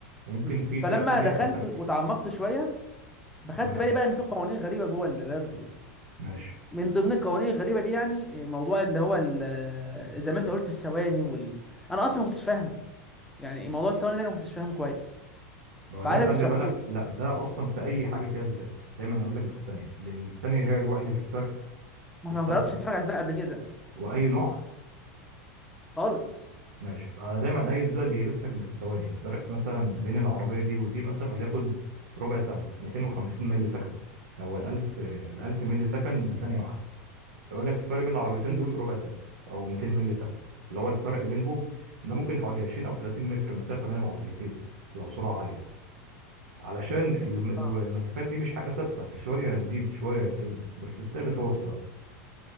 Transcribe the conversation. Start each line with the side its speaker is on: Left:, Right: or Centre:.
Right: وممكن
Centre: م.
Right: في فرق
Centre: فلما
Right: تانية
Centre: دخلت
Right: بتعترف
Centre: وتعمقت شويه بخدت
Right: تمام
Centre: بالي بقى ان في قوانين غريبه جوه الرياضه دي
Right: ماشي
Centre: من ضمن القوانين الغريبه دي يعني آه، موضوع اللي هو ال- آه، زي ما انت قلت الثواني وال... انا اصلا ما كنتش فاهمه يعني موضوع الثواني ده انا ما كنتش فاهمه كويس
Right: هو
Centre: فعايزك
Right: ده خلي
Centre: تشرحه
Right: بالك
Centre: لي
Right: لا ده اصلا في اي حاجه فيها سباق دايما اقول لك بالثانيه لان الثانيه هي وحده الفرق
Centre: ما
Right: الثابته
Centre: انا ما جربتش اتفرج على سباق قبل كده
Right: واي نوع
Centre: خالص
Right: ماشي فدايما اي سباق بيقيس لك بالثواني الفرق مثلا بين العربيه دي ودي مثلا وليكن ربع ثانيه 250 مللي سكند هو ال 1000 ال 1000 مللي سكند بثانيه واحده يقول لك الفرق بين العربيتين
Centre: مم.
Right: دول ربع ثانيه او 200 مللي سكند اللي هو الفرق بينهم ده ممكن حوالي 20 او 30 متر مسافه بين العربيتين لو سرعه عاليه علشان الم- الم-
Centre: اه
Right: المسافات دي مش حاجه ثابته شويه هتزيد شويه هتقل بس الثابت هو الثواني